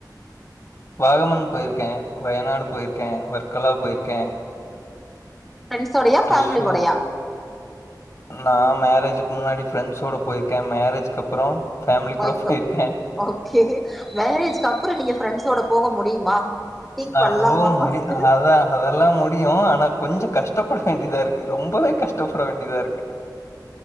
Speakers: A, on the left; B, in the centre.
A: வாகமன் போயிருக்கே வயநாடு
B: ம்
A: போயிருக்கே வர்க்கலா போயிருக்கே
B: ம். ஃப்ரெண்ட்ஸோடயா
A: ட்ரிசூர்
B: ஃபேமிலி கூடயா
A: நா மேரேஜ்க்கு முன்னாடி பிரெண்ஸ்சோட போயிருக்கே மேரேஜ்க்கு அப்பற ஃபேமிலி
B: ஒய்ஃப்
A: கூட போயிருக்கே
B: ஓகே மேரேஜ்க்கு அப்பற நீங்க பிரெண்ஸோட போக முடியுமா திங்க்
A: அ
B: பண்லாமா
A: ஓ
B: ஃபஸ்ட்டு
A: முடி அதா அதெல்லா முடியு ஆனா கொஞ்ச கஷ்டப்பட வேண்டியதா இருக் ரொம்பவே கஷ்டப்பட வேண்டியதா இருக்கு